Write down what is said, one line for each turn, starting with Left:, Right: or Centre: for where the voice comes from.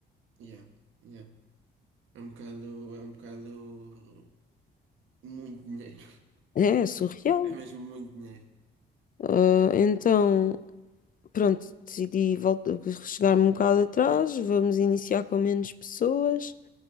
Right: yeah. Yeah. É um bocado, é um bocado muito dinheiro. <laughs>
Left: É, é surreal.
Right: É mesmo muito dinheiro.
Left: Ah, então. Pronto, decidi voltar chegar-me um bocado atrás, vamos iniciar com menos pessoas